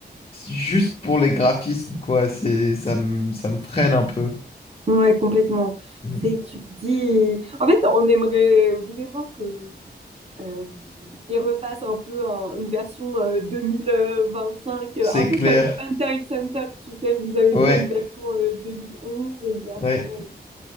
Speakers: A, on the left (about 35°); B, on the right (about 35°).
A: C'est Juste pour les graphismes, quoi, c'est, ça me, ça me freine un peu.
B: Ouais, complètement.
A: Hmm.
B: C'est, tu te dis, en fait, on aimerait vraiment que euh, ils refassent un peu un- une version euh, 2025, euh,
A: C'est
B: un peu
A: clair.
B: comme Hunter x Hunter, tu sais, où ils avaient
A: Ouais,
B: fait une version euh, 2011 et une version
A: ouais,